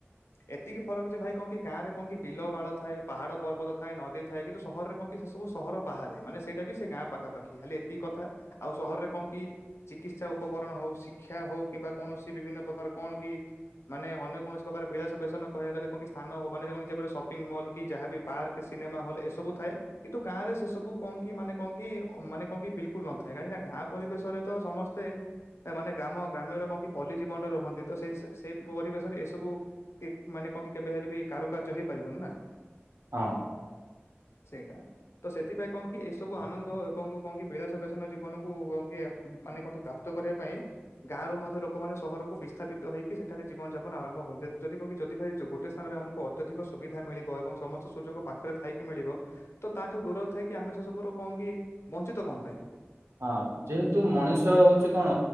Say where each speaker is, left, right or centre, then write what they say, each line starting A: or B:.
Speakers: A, on the left (about 75°); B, on the right (about 85°).
A: ଆ ଏତିକି ଫରକ ଯେ ଭାଇ କଣ କି ଗାଁରେ କହଣ କି ବିଲମାଳ ଥାଏ ପାହାଡ ପର୍ବ ଥାଏ ନଦୀ ଥାଏ କିନ୍ତୁ ସହରରେ କ ସେ ସବୁ ସହର ବାହାରେ ମାନେ ସେଇଟା ବି ସେ ଗାଁ ପାଖାପାଖି ଖାଲି ଏତିକି କଥା ଆଉ ସହରରେ କଣ କି ଚିକିତ୍ସା ଉପକରଣ ହଉ ଶିକ୍ଷା ହଉ କିମ୍ବା କୌଣସି ବିଭିନ୍ନ ପ୍ରକାର କଣ କି ମାନେ ଅନ୍ୟ କୌଣସି ପ୍ରକାର ବିଳାସ ବସନ କହିବାକୁଲେ କଣି ସ୍ଥାନ ହଉ ମାନ ଯେଟ ସପିଂ ମଲ୍ କି ଯହା ପାର୍କ ସିନେମା ହଲ୍ ଏସବୁ ଥାଏ। କିନ୍ତୁ ଗାଁ ରେ ସେ ସବୁ କହ କି ମାନେ କହ କି ମାନେ କହ କି ବିଲକୁଲ ନଥାଏ କାହିଁକି ନା ଗାଁ ପରିବେଶରେ ତ ସମସ୍ତେ ମାନେ ଗ୍ରାମ ଗ୍ରାମ୍ୟର କଣ କି ପଲ୍ଲୀ ଜୀବନରେ ରୁହନ୍ତି ତ ସେ-ସେଇ ପରିବେଶରେ ଏସବୁ କି ମାନେ କଣ କି କେବେ ହେଲେ ବି କାରୁକାର୍ଯ୍ୟ ହେଇପାରିବନି ନା।
B: ହଁ।
A: ସେଇଟା। ତ ସେଥିପାଇଁ କଣ କି ଏସବୁ ଆନନ୍ଦ ଏବଂ କଣ କି ବିଳାସ ବସନ ଜୀବନକୁ ମାନେ କଣ ପ୍ରାପ୍ତ କ୍ତ କରିବା ପାଇଁ ଗାଁରୁ ମଧ୍ୟ ଲୋକମାନେ ସହରକୁ ବିସ୍ଥାପିତ ହେଇକି ସେଠାରେ ଜୀବନ ଯାପନ ଆରମ୍ଭ କରୁ ଯଦିି କଣକି ଯଦି ଭାଇ ଟେ ସ୍ଥାନରେ ଆମକୁ ଅତ୍ୟଧିକ ସୁବିଧା ମିଳିବ ଏବଂ ସମସ୍ତ ସୁଯୋଗ ପାଖରେ ଥାଇକି ମିଳିବ। ତ ତାଠୁ ଦୂରରେ ଥାଇକି ଆମେ ସେ ସବୁର କଣ କି ବଞ୍ଚିତ କଣ ପାଇଁ ହେବୁ।
B: ହଁ ଯେହେତୁ ମଣିଷ ହଉଛି କଣ